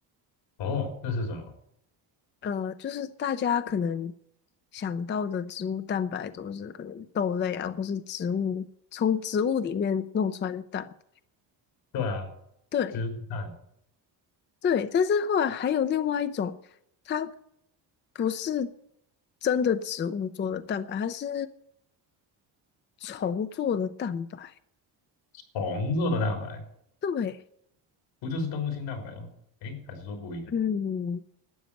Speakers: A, on the left (about 80°); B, on the left (about 25°).
A: 哦，那是什么？
B: 呃，就是大家可能想到的植物蛋白都是可能豆类啊，或是植物从植物里面弄出来的蛋白。
A: 对啊，
B: 对
A: 植物蛋，
B: 对，但是后来还有另外一种，它不是真的植物做的蛋白，它是。重做的蛋白，
A: 虫做的蛋白，
B: 对，
A: 不就是动物性蛋白吗？诶，还是说不一样？
B: 嗯，
A: <laughs>